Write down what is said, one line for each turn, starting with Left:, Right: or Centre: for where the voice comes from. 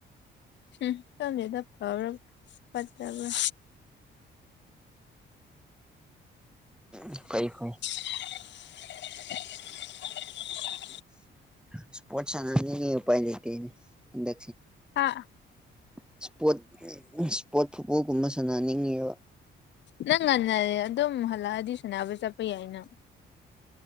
Left: ꯎꯝ ꯈꯪꯗꯦꯗ ꯐꯕ꯭ꯔ ꯐꯠꯇꯕ꯭ꯔ
Centre: ꯎ ꯐꯩ ꯐꯩ
Left: <inaudible>
Centre: ꯏꯁꯄꯣꯠꯅꯅꯤ <inaudible> ꯎꯥꯏ ꯂꯩꯇꯗ
Left: ꯍꯥ
Centre: ꯏꯁꯄꯣꯔꯠ ꯏꯁꯄꯣꯔꯠ ꯐꯨꯠꯕꯣꯜꯒꯨꯝꯕ ꯁꯥꯟꯅꯅꯤꯡꯉꯤꯕ
Left: ꯅꯪ ꯉꯟꯅ ꯑꯗꯨꯝ ꯍꯜꯂꯛꯑꯗꯤ ꯁꯥꯟꯅꯕ ꯆꯠꯄ ꯌꯥꯏꯅ